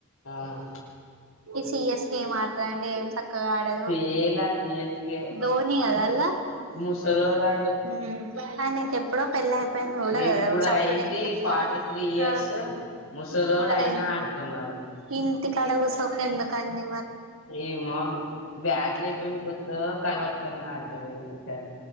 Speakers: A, on the left (about 70°); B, on the right (about 70°).
A: ఆ
B: ఈ సిఎస్ కే ఏం ఆడతదండి ఏం చక్కగా ఆడదు
A: ఫెయిల్ ఆ సిఎస్కే
B: ధోని కదా అన్లా
A: ముసలోడాడు
B: ఉమ్ ఆయనకి ఎప్పుడో పెళ్లి ఉంటే కాదా
A: ఇప్పుడు
B: సప్పుడేకా
A: అయింది ఫార్టీ త్రీ ఇయర్స్ ముసలోడు
B: ఆ
A: అయినా ఆడుతున్నారు
B: ఇంటికాడ కుసో ఎందుకంటే
A: ఏమో బ్యాట్ లేపోని కొత్త కలవట్టుకని ఆడతాడు ఈసారి